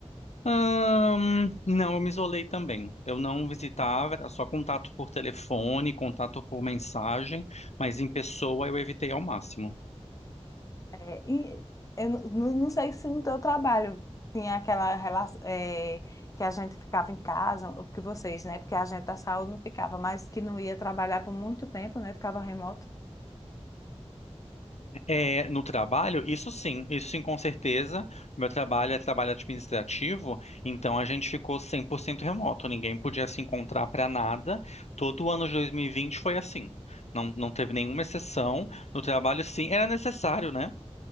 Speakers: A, on the left (about 80°); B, on the left (about 30°).
A: Ahn, não, eu me isolei também. Eu não visitava, era só contato por telefone, contato por mensagem, mas em pessoa eu evitei ao máximo.
B: É, e eu não, não- não sei se no teu trabalho tinha aquela relação é, que a gente ficava em casa, o que vocês, né? Porque a gente da saúde não ficava, mas que não ia trabalhar por muito tempo, né? Ficava remoto.
A: É, no trabalho, isso sim, isso sim, com certeza. Meu trabalho é trabalho administrativo, então a gente ficou 100% remoto, ninguém podia se encontrar para nada. Todo o ano de 2020 foi assim. Não, não teve nenhuma exceção. No trabalho, sim, era necessário, né?